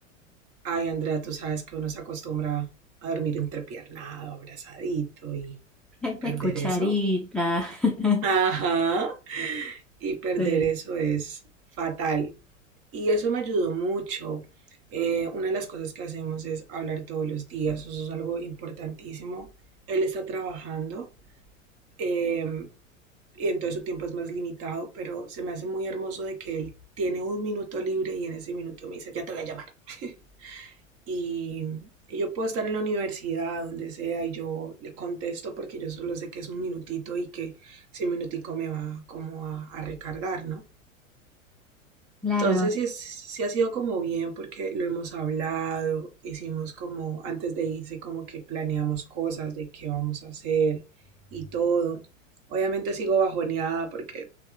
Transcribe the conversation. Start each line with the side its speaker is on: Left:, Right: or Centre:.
Right: ay Andrea, tú sabes que uno se acostumbra a dormir entrepiernado, abrazadito y
Centre: <laughs>
Right: perder
Centre: De cucharita.
Right: eso.
Centre: <laughs>
Right: Ajá. y perder
Centre: Sí.
Right: eso es fatal. Y eso me ayudó mucho. Eh, una de las cosas que hacemos es hablar todos los días, eso es algo importantísimo. Él está trabajando, eh, y entonces su tiempo es más limitado, pero se me hace muy hermoso de que él tiene un minuto libre y en ese minuto me dice, ya te voy a llamar. <laughs> y, y yo puedo estar en la universidad, donde sea, y yo le contesto porque yo solo sé que es un minutito y que ese minutico me va como a, a recargar, ¿no?
Centre: Claro,
Right: Entonces sí, es- sí ha sido como bien porque lo hemos hablado, hicimos como antes de irse como que planeamos cosas de qué vamos a hacer y todo. Obviamente sigo bajoneada porque